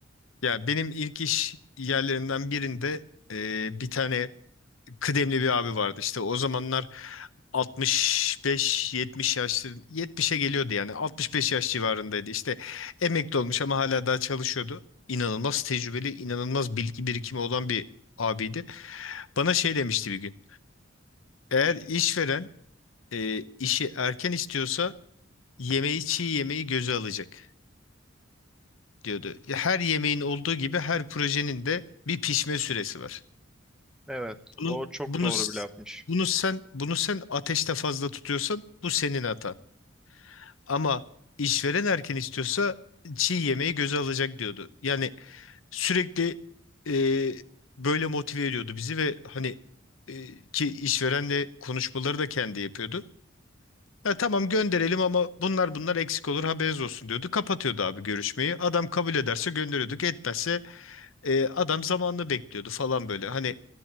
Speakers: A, on the left; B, in the centre.
A: Ya benim ilk iş yerlerinden birinde e, bir tane kıdemli bir abi vardı. İşte o zamanlar 65-70 yaşları 70'e geliyordu yani 65 yaş civarındaydı. İşte emekli olmuş ama hala daha çalışıyordu. İnanılmaz tecrübeli, inanılmaz bilgi birikimi olan bir abiydi. Bana şey demişti bir gün. Eğer işveren e, işi erken istiyorsa yemeği çiğ yemeği göze alacak diyordu. Her yemeğin olduğu gibi her projenin de bir pişme süresi var.
B: Evet,
A: Bunu
B: doğru çok
A: bunu
B: doğru
A: s-
B: bir lafmış.
A: bunu sen bunu sen ateşte fazla tutuyorsan bu senin hatan. Ama işveren erken istiyorsa çiğ yemeği göze alacak diyordu. Yani sürekli e, böyle motive ediyordu bizi ve hani e, ki işverenle konuşmaları da kendi yapıyordu. Ya tamam gönderelim ama bunlar bunlar eksik olur haberiniz olsun diyordu. Kapatıyordu abi görüşmeyi. Adam kabul ederse gönderiyorduk. Etmezse e, adam zamanını bekliyordu falan böyle. Hani